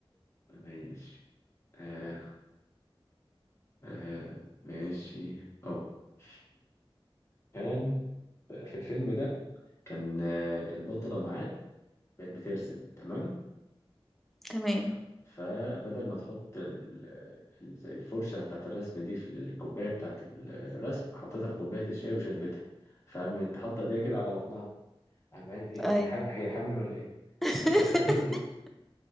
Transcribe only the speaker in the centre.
تمام
ايوه
<laughs>